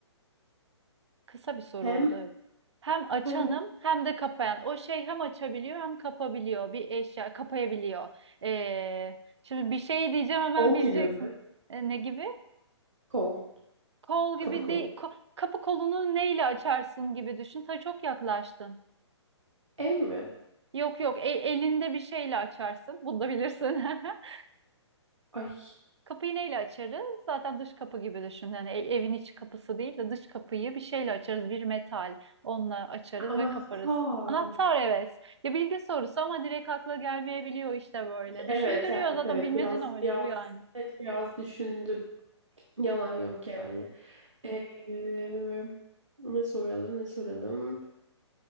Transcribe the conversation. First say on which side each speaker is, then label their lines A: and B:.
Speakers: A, on the right; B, on the right.
A: Kısa bir soru
B: Hem
A: oldu evet. Hem açanım
B: hem
A: hem de kapayan. O şey hem açabiliyor hem kapabiliyor. Bir eşya kapayabiliyor. Ee, şimdi bir şey diyeceğim hemen
B: Kol
A: bileceksin.
B: gibi mi?
A: E, ne gibi?
B: Kol.
A: Kol gibi
B: Kapı kolu.
A: değil. Ko- kapı kolunu neyle açarsın gibi düşün. Ta çok yaklaştın.
B: El mi?
A: Yok yok e- elinde bir şeyle açarsın. Bunu da bilirsin. <laughs>
B: Ay,
A: Kapıyı neyle açarız? Zaten dış kapı gibi düşün. Yani e- evin iç kapısı değil de dış kapıyı bir şeyle açarız. Bir metal. Onunla açarız
B: anahtar.
A: ve kaparız. Anahtar evet. Ya bilgi sorusu ama direkt akla gelmeyebiliyor işte böyle.
B: Evet,
A: Düşündürüyor
B: evet,
A: zaten
B: evet.
A: bilmecenin
B: Biraz,
A: amacı
B: biraz,
A: bu yani.
B: evet, biraz düşündüm. Yalan yok yani. Ee, ne soralım, ne soralım?